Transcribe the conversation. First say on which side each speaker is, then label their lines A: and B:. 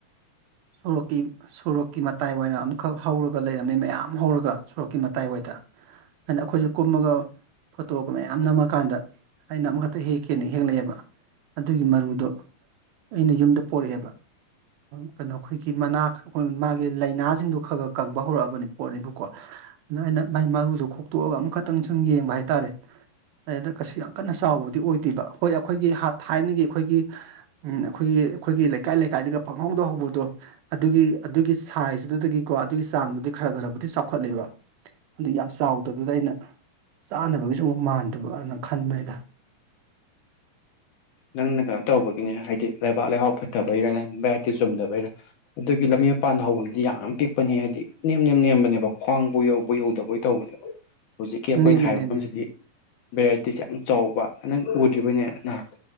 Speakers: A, on the right (about 80°); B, on the left (about 70°).
A: ꯁꯣꯔꯣꯛꯀꯤ ꯁꯣꯔꯣꯛꯀꯤ ꯃꯇꯥꯏ ꯑꯣꯏꯅ ꯑꯃꯨꯛꯈꯛ ꯍꯧꯔꯒ ꯂꯩꯔꯝꯃꯦ ꯃꯌꯥꯝ ꯍꯧꯔꯒ ꯁꯣꯔꯣꯛꯀꯤ ꯃꯇꯥꯏꯋꯥꯗ ꯑꯗꯨꯅ ꯑꯩꯈꯣꯏꯁꯨ ꯀꯨꯝꯃꯒ ꯐꯣꯇꯣꯒ ꯃꯌꯥꯝ ꯌꯥꯝ ꯅꯝꯃꯀꯥꯟꯗ ꯑꯩꯅ ꯑꯃꯈꯛꯇ ꯍꯦꯛꯀꯦꯅ ꯍꯦꯛꯂꯛꯑꯦꯕ ꯑꯗꯨꯒꯤ ꯃꯔꯨꯗꯣ ꯑꯩꯅ ꯌꯨꯝꯗ ꯄꯣꯔꯛꯑꯦꯕ ꯀꯩꯅꯣ ꯑꯩꯈꯣꯏꯒꯤ ꯃꯅꯥ ꯑꯩ ꯃꯥꯒꯤ ꯂꯥꯏꯅꯥꯁꯤꯡꯗꯣ ꯈꯔ ꯈꯔ ꯀꯪꯕ ꯍꯧꯔꯛꯑꯕꯅꯤ ꯄꯣꯠꯅꯦꯕꯀꯣ ꯑꯗꯨꯗꯣ ꯑꯩꯅ ꯃꯥꯏ ꯃꯔꯨꯗꯣ ꯈꯣꯛꯇꯣꯛꯑꯒ ꯑꯃꯨꯛꯈꯛꯇꯪ ꯁꯨꯝ ꯌꯦꯡꯕ ꯍꯥꯏꯇꯥꯔꯦ ꯑꯗ ꯀꯩꯁꯨ ꯌꯥꯝ ꯀꯟꯅ ꯆꯥꯎꯕꯗꯤ ꯑꯣꯏꯗꯦꯕ ꯍꯣꯏ ꯑꯩꯈꯣꯏꯒꯤ ꯊꯥꯏꯅꯒꯤ ꯑꯩꯈꯣꯏꯒꯤ ꯑꯩꯈꯣꯏꯒꯤ ꯑꯩꯈꯣꯏꯒꯤ ꯂꯩꯀꯥꯏ ꯂꯩꯀꯥꯏꯒ ꯄꯪꯍꯧꯗꯍꯧꯕꯗꯣ ꯑꯗꯨꯒꯤ ꯑꯗꯨꯒꯤ ꯁꯥꯏꯖꯇꯗꯒꯤꯀꯣ ꯑꯗꯨꯒꯤ ꯆꯥꯡꯗꯨꯗꯤ ꯈꯔ ꯈꯔꯕꯨꯗꯤ ꯆꯥꯎꯈꯠꯂꯦꯕ ꯑꯗꯨ ꯌꯥꯝ ꯆꯥꯎꯗꯕꯗ ꯑꯩꯅ ꯆꯥꯅꯕꯒꯤꯁꯨ ꯑꯃꯨꯛ ꯃꯥꯟꯗꯦ ꯑꯗꯨꯕꯨ ꯑꯅ ꯈꯟꯕꯩꯗ
B: ꯅꯪꯅ ꯀꯩꯅꯣ ꯇꯧꯕꯒꯤꯅꯦ ꯍꯥꯏꯗꯤ ꯂꯩꯕꯥꯛ ꯂꯩꯍꯥꯎ ꯐꯠꯇꯕꯩꯔ ꯚꯦꯔꯥꯏꯇꯤ ꯆꯨꯝꯗꯕꯩꯔꯥ ꯑꯗꯨꯒꯤ ꯂꯝꯕꯤ ꯃꯄꯥꯟꯗ ꯍꯧꯕꯗꯤ ꯌꯥꯝꯅ ꯄꯤꯛꯄ ꯄꯅꯤ ꯍꯥꯏꯗꯤ ꯅꯦꯝ ꯅꯦꯝ ꯅꯦꯝꯕꯅꯦꯕ ꯈ꯭ꯋꯥꯡꯕꯨ ꯌꯧꯕ ꯌꯧꯗꯕꯣꯏ ꯇꯧꯕꯅꯦꯕ ꯍꯧꯖꯤꯛꯀꯤ ꯑꯩꯈꯣꯏ
A: ꯅꯦꯝꯃꯦ
B: ꯊꯥꯏ
A: ꯅꯦꯝꯃꯦ
B: ꯃꯐꯝꯁꯤꯗꯤ ꯚꯦꯔꯥꯏꯇꯤꯁꯦ ꯌꯥꯝ ꯆꯥꯎꯕ ꯅꯪ ꯎꯠ ꯅꯦ ꯅꯍ